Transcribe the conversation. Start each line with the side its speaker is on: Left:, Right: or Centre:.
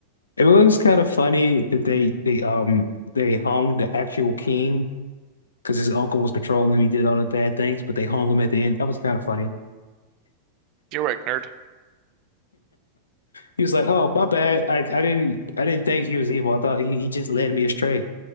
Left: It was kind of funny that they they um they hung the actual king. because his uncle was controlling him. He did all the bad things, but they hung him at the end. That was kind of funny.
Right: You're right, nerd.
Left: He was like, "Oh, my bad. I, I didn't I didn't think he was evil. I thought he, he just led me astray."